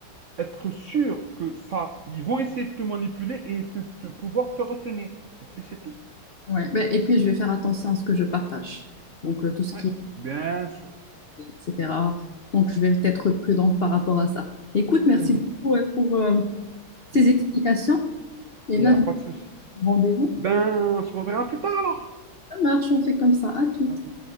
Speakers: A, on the right; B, on the left.
A: être sûr que ça, ils vont essayer de te manipuler et de, pouvoir te retenir. Et puis c'est tout.
B: ouais, ben, et puis, je vais faire attention à ce que je partage. Donc, euh, tout ce
A: Ouais,
B: qui
A: bien sûr.
B: est, etc. Donc, je vais être prudente par rapport à ça. Écoute, merci
A: Mhm.
B: beaucoup euh, pour euh, ces
A: Oui,
B: explications. Et
A: il
B: là,
A: n'y a
B: je
A: pas
B: vais
A: de souci.
B: prendre rendez-vous.
A: Ben, on se reverra plus tard alors.
B: Ça marche, on fait comme ça. À tout.
A: À tout.